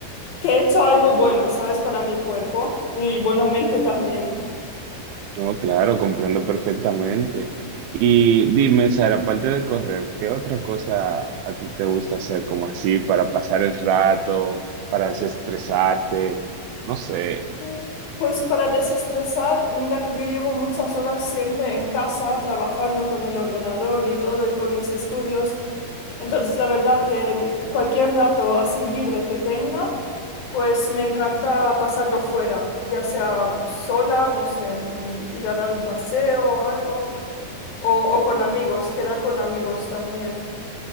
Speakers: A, on the left; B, on the right.
A: que he hecho algo bueno, ¿sabes? Para mi cuerpo y, bueno, mente también.
B: No, claro, comprendo perfectamente. Y dime, Sara, aparte de correr, ¿qué otra cosa a ti te gusta hacer como así para pasar el rato, para desestresarte? No sé.
A: Mm, Pues para desestresar, mira que yo llevo muchas horas siempre en casa trabajando con el ordenador y todo y con mis estudios. Entonces, la verdad que mm, cualquier dato así libre que tenga, pues me encanta pasarlo fuera, ya sea sola, no sé, mm, ir a dar un paseo o algo, o, o con amigos, quedar con amigos también.